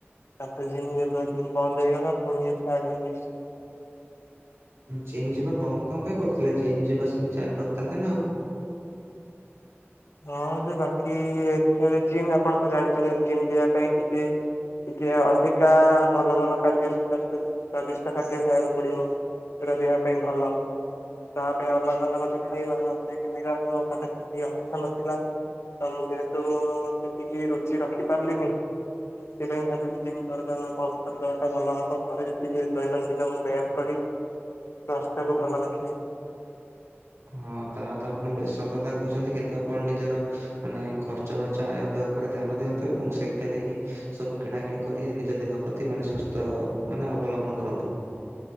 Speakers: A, on the left; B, on the right.
A: ତାପରେ ଜିମ୍ ଯେବେଠୁ ବନ୍ଦ ହେଇଗଲା ପୁଣି ଇଏ ଷ୍ଟାର୍ଟ ହେଇଯାଇଛି।
B: ଜିମ୍ ଯିବା ବନ୍ଦ କଣ ପାଇଁ କରୁଥିଲେ ଜିମ୍ ଯିବା ସେମିତି ଚାଲୁ ରଖିଥାନ୍ତେ ନା ଆଉ।
A: ହଁ ଯେ ବାକି ଏଠାରେ ଜିମ୍ ଆପଣ ତ ଜାଣିଛନ୍ତି ଜିମ୍ ଯିବା ପାଇଁ ଟିକେ ଟିକେ ଅଧିକା ଭଲ ଭଲ ଖାଦ୍ୟ ସୁଦଷ୍ଟିତ ସ୍ଵାଦିଷ୍ଟ ଖାଦ୍ୟ ଖାଇବାକୁ ପଡିବ ଯୋଉରା ଦେହ ପାଇଁ ଭଲ ତା ପାଇଁ ଅଲଗା ଅଲଗା ଯୋଉ ଖାଇବା ଖାଇବା ପାଇଁ ମୋ ପାଖରେ ସେତିକି ଅ ର୍ଥ ନଥିଲା ତ ମୁ ଯେହେତୁ ମୁଁ ସେତିକି ରୁଚି ରଖି ପାରିଲିନି ସେଥିପାଇଁ ଭାବିଲି ଜିମ୍ କରିଦବା ବନ୍ଦ କରିଦବା ଟା ଭଲ ହବ ଘରେ ଯେତିକି ଦୈନନ୍ଦିନ ମୁଁ ବ୍ୟାୟାମ କରି ସ୍ୱାସ୍ଥ୍ୟକୁ ଭଲ ରଖିବି।
B: ହୁଁ ତାହା ତ ଆପଣ ବେଶ ସତ କହୁଛନ୍ତି କିନ୍ତୁ ଆପଣ ନିଜର ମାନେ ଖର୍ଚ୍ଚ ବାର୍ଚ୍ଚ ଆୟବେୟ ଉପରେ ଧ୍ୟାନ ଦିଅନ୍ତୁ ଏବଂ ସେଇଥିରେ ହିଁ ସବୁ କିଣାକିଣି କରି ନିଜ ଦେହ ପ୍ରତି ମାନେ ସୁସ୍ଥ ମାନେ ଅବଲମ୍ବନ କରନ୍ତୁ।